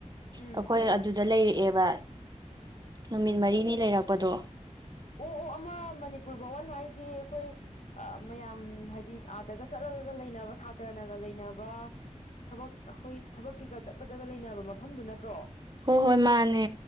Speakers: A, on the left; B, on the right.
A: ꯎꯝ
B: ꯑꯩꯈꯣꯏ ꯑꯗꯨꯗ ꯂꯩꯔꯛꯑꯦꯕ ꯋꯥ ꯅꯨꯃꯤꯠ
A: ꯑꯣ
B: ꯃꯔꯤꯅꯤ ꯂꯩꯔꯛꯄꯗꯣ
A: ꯑꯣ ꯑꯣ ꯑꯃ ꯃꯅꯤꯄꯨꯔ ꯕꯥꯋꯟ ꯍꯥꯏꯁꯤ ꯑꯩꯈꯣꯏ ꯃꯌꯥꯝ ꯍꯥꯏꯗꯤ ꯑꯥꯗꯒ ꯆꯠꯂꯒꯒ ꯂꯩꯅꯕ ꯁꯥꯇ꯭ꯔꯅꯒ ꯂꯩꯅꯕ ꯊꯕꯛ ꯑꯩꯈꯣꯏ ꯊꯕꯛ ꯀꯩꯒ ꯆꯠꯄꯗꯒ ꯂꯩꯅꯕ ꯃꯐꯝꯗꯨ ꯅꯠꯇ꯭ꯔꯣ
B: ꯍꯣꯏ ꯍꯣꯏ ꯃꯥꯅꯦ